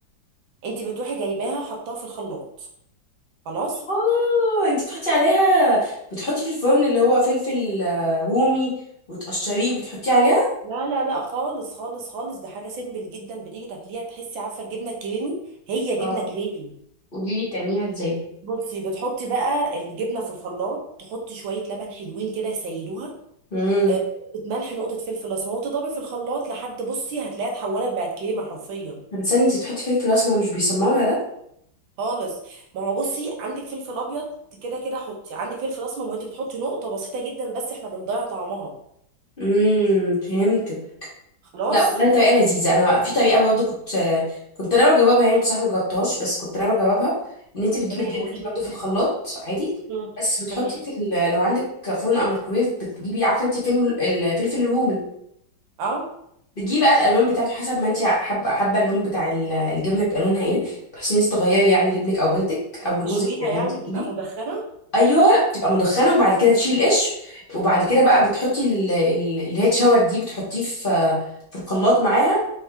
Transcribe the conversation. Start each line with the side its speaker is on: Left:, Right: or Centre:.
Right: انت بتروحي جايباها حطاها في الخلاط خلاص
Left: اه انت بتحطي عليها بتحطي في الفرن اللي هو فلفل آه، رومي وتقشريه وبتحطيه عليها
Right: لا لا لا خالص خالص خالص ده حاجه سيمبل جدا بتيجي تاكليها تحسي عارفه الجبنه الكريمي هي جبنه
Left: اه
Right: كريمي
Left: قولي لي بتعمليها ازاي
Right: بصي بتحطي بقى الجبنه في الخلاط تحطي شويه لبن حلوين كده يسيلوها
Left: امم
Right: آه، نقطه ملح نقطه فلفل اسمر وتضربي في الخلاط لحد بصي هتلاقيها اتحولت بقت كريمه حرفيا
Left: طب استني انت بتحطي فلفل اسمر مش بيسمرها ده
Right: خالص ما هو بصي عندك فلفل ابيض كده كده حطي عندك فلفل اسمر وانت بتحطي نقطه بسيطه جدا بس احنا بنضيع طعمها
Left: امم فهمتك
Right: خلاص
Left: لا والله طريقه لذيذه انا في طريقه برضو كنت آه، كنت انا بجربها يعني بصراحه ما جربتهاش بس كنت انا بجربها ان انت بتجيبي
Right: تمام
Left: الجبنه
Right: قولي
Left: دي
Right: لي
Left: برضو
Right: كده
Left: في الخلاط عادي
Right: مم.
Left: بس بتحطي
Right: تمام
Left: في ال- لو عندك فرن او ميكرويف بتجيبي عارفه انت فين الفلفل الرومي
Right: اه
Left: بتجيبي بقى الالوان بتاعته حسب ما انت حابه حابه اللون بتاع ال- الجبنه يبقى لونها ايه بحيث ان انت تغيري يعني لابنك او بنتك او لجوزك
Right: تشويها
Left: زي
Right: يعني
Left: ما انت بتقولي
Right: بتبقى مدخنه
Left: ايوه بتبقى مدخنه وبعد كده تشيل قش وبعد كده بقى بتحطي ال- ال- اللي هي اتشوت دي بتحطيه في في الخلاط معاها